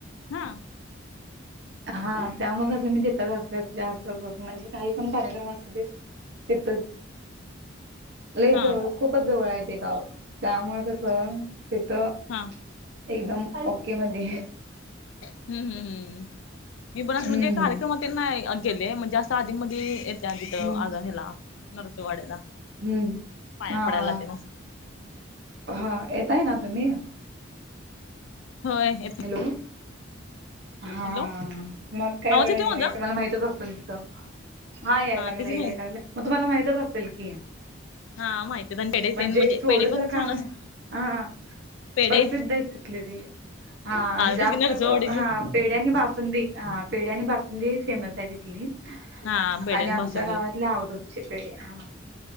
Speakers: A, on the left (about 75°); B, on the right (about 55°).
A: हा.
B: हा त्या मग कं मी देतच असत. जास्तभर म्हणजे काही पण कार्यक्रम असत ते तथच. लई
A: हा
B: जवळ खूपच जवळ आहे ते गाव त्यामुळ कस तिथं.
A: हां.
B: एकदम ओके मध्ये
A: हम्म हम् हम् मी बणत
B: हम्म
A: म्हणजे कार्यक्रमात त्यांना गेले म्हणजे असं आधी म येत तिथं
B: हम्म
A: आजा हला नरसिवाड्याला
B: हम्म.
A: पाया
B: हा
A: पडायला लागते.
B: हा येतय ना तुम्ही?
A: होय. येत
B: हॅलो हा
A: हॅलो
B: ह मग काय एवढं
A: आवाज येतोय
B: येण
A: माझा
B: तुम्हाला माहितच असेल तथं हा याय लागला
A: त्याची
B: याय
A: माहित
B: लागलं मग तुम्हाला माहितच असेल की
A: हा माहितीत आणि पेढे
B: म्हणजे
A: तेन
B: थोडं
A: पेढे पण
B: तर काम
A: छान अस
B: आहे हा.
A: पेढे
B: प्रसिद्ध आहे इथली ती हा जास्त
A: तेच की नरसोबावाडीची
B: हा पेढ्या आणि बासुंदी हा पेढ्या आणि बासुंदी फेमस आहे तिथली.
A: हा पेढे
B: आणि आमच्या
A: बासुंदी
B: गावातल्या अवधूतचे पेढे हा.